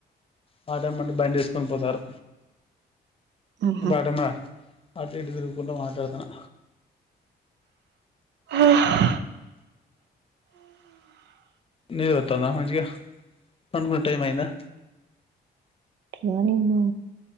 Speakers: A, on the left; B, on the right.
A: బాట ఎమ్మటే బండేస్కొని పోతారు
B: ఆహా
A: బాటెమా అటు ఇటు తిరుగుకుంట మాట్లాడ్తన్నా
B: ఆఁ హే
A: నిద్ర వస్తుందా మంచిగ పన్కునె టైమ్ ఐందా
B: అట్లో నేనూ